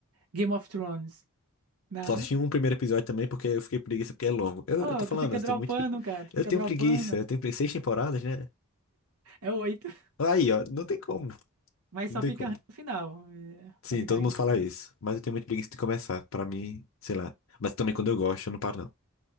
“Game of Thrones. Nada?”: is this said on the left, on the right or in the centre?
Right